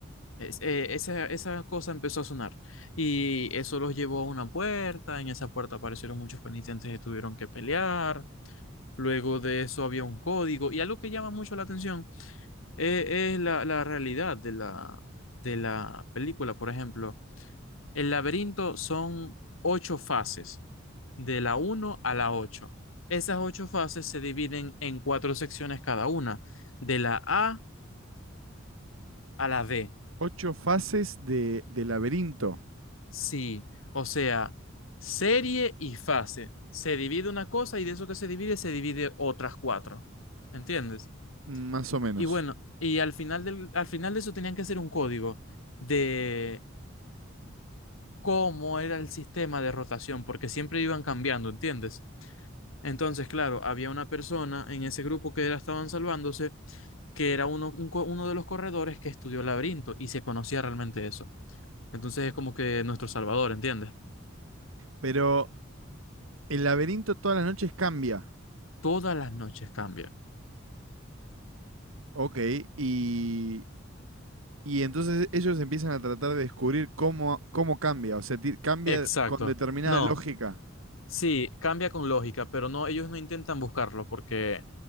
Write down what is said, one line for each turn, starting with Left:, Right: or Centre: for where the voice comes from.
Left: Es- eh, esa, esa cosa empezó a sonar y eso los llevó a una puerta. En esa puerta aparecieron muchos penitentes que tuvieron que pelear. Luego de eso había un código. Y algo que llama mucho la atención eh, es, la, la realidad de la, de la película. Por ejemplo, el laberinto son ocho fases, de la uno a la ocho Esas ocho fases se dividen en cuatro secciones cada una, de la A a la D.
Right: ocho fases de, de laberinto.
Left: Sí, o sea, serie y fase. Se divide una cosa y de eso que se divide, se divide otras cuatro. ¿Entiendes?
Right: Más o menos.
Left: Y bueno, y al final, del, al final de eso tenían que hacer un código de cómo era el sistema de rotación, porque siempre iban cambiando, ¿entiendes? Entonces, claro, había una persona en ese grupo que era, estaban salvándose, que era uno, un co- uno de los corredores que estudió laberinto y se conocía realmente eso. Entonces es como que nuestro salvador, ¿entiendes?
Right: Pero el laberinto todas las noches cambia.
Left: Todas las noches cambia.
Right: Ok, y, y entonces ellos empiezan a tratar de descubrir cómo, cómo cambia. O sea, ti- cambia
Left: Exacto.
Right: con determinada
Left: No,
Right: lógica
Left: sí, cambia con lógica, pero no, ellos no intentan buscarlo porque